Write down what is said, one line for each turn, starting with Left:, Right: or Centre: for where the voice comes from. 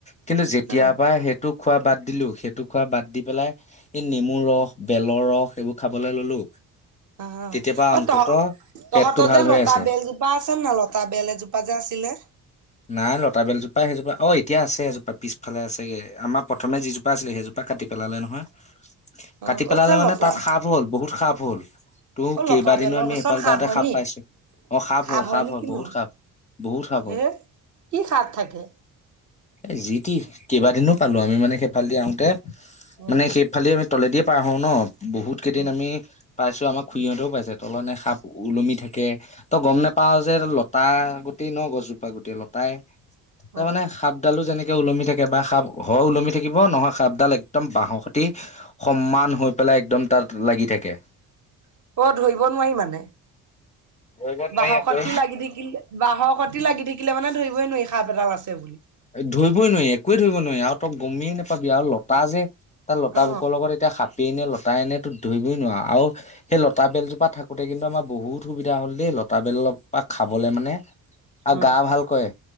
Left: কিন্তু যেতিয়া
Right: অ
Left: পৰা সেইটোক। খোৱা বাদ দিলো, সেইটো খোৱা বাদ দি পেলাই এই নেমু ৰস বেলৰ ৰস সেইবোৰ খাবলৈ ললো।
Right: অ'
Left: তেতিয়াৰ পৰা অন্তত
Right: অ তহ
Left: পেটটো
Right: তহঁতৰ
Left: ভাল
Right: যে
Left: হৈ
Right: লতা
Left: আছে
Right: বেলজোপা আছে না লতা বেল এজোপা যে আছিলে।
Left: নাই লতা বেলজোপা সেইজোপা অ এতিয়া আছে এজোপা পিছফালে আছেগে আমাৰ প্ৰথম যিজোপা আছিলে সেইজোপা। কাটি পেলালে নহয়,
Right: অ
Left: কাটি পেলালে
Right: অছে
Left: মানে
Right: লতা
Left: তাত সাপ হ'ল বহুত সাপ হল। ত
Right: অ
Left: কেইবাদিনো
Right: লতা বেলৰ
Left: আমি
Right: গছত
Left: সফালে
Right: সাপ
Left: যাওঁতে
Right: হয়
Left: খাপ
Right: নি
Left: পাইছো, অ খাপ
Right: সাপ
Left: হয় খাপ
Right: নি
Left: হয়
Right: কিনো
Left: বহুত খাপ। বহুত খাব।
Right: হে কি সাপ থাকে।
Left: এ যি কি কেইবাদিনো পালো আমি মানে সেইফালদি আহোতে
Right: উম
Left: মানে সেইফালে আ। তলেদিয়ে পাৰ হওঁ ন বহুত কেইদিন
Right: উম
Left: আমি পাইছো আমাক। খুইহঁতেও পাইছে তলনে সাপ ওলমি থাকে, তো গ'ম নেপাও যে লতা গটেই ন গছ। জোপা গুটেই লতাই তাৰ
Right: উম
Left: মানে সাপডালো যেনেকে। ওলমি থাকে বা সাপ ঘৰ ওলমি থাকিব নহয় সাপডাল একদম বাহসতি সমান হৈ পেলাই। একদম তাত লাগি থাকে।
Right: <inaudible> অ' ধৰিব নোৱাৰি মানে,
Left: ধৰিব নোৱাৰি
Right: বাহসতি
Left: আকৌ।
Right: লাগি থাকিলে বাহসতি তি লাগি থাকিলে মানে ধৰিবই নোৱাৰি, সাঁপ এদাল আছে বুলি?
Left: ধৰিবই নোৱাৰি একোৱে ধৰিবই নোৱাৰি, আৰু তই গমেই নেপাবি আৰু লতা যে তাৰ লতা
Right: অ
Left: বুকৰ লগত এতিয়া সাপ পেই নে লতাই নে তো ধৰিবই নোৱাৰ, আৰু সেই লতা বেল জোপা থাকোতে কিন্তু আমাৰ বহুত সুবিধা হ'ল দেই। লতা বেলৰ পৰা খাবলে মানে, আৰু
Right: উম
Left: গা ভাল কৰে